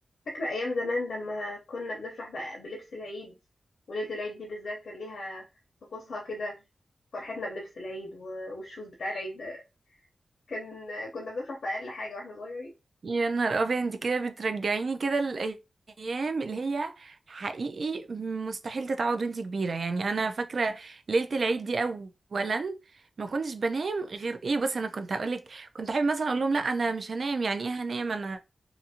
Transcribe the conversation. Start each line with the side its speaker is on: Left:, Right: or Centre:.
Left: فاكرة أيام زمان لما كنا بنفرح بقى بلبس العيد وليلة العيد دي بالذات كان ليها طقوسها كده فرحتنا بلبس العيد و- والشوز بتاع العيد ده كان كنا بنفرح بأقل حاجة واحنا صغيرين
Right: يا نهار ابيض انت كده بترجعيني كده الايام اللي هي حقيقي مستحيل تتعوض وانت كبيره يعني انا فاكره ليله العيد دي اولا ما كنتش بنام غير ايه بص انا كنت هقولك كنت احب مثلا اقول لهم لا انا مش هنام يعني ايه هنام انا